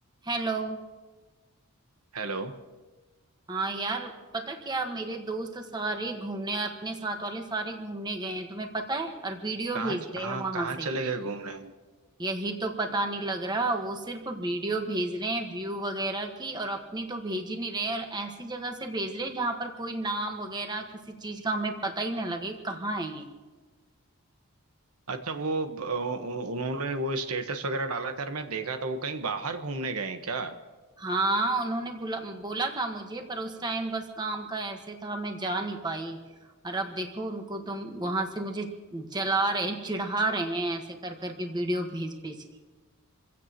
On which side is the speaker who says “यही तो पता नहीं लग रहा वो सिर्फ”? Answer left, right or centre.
Right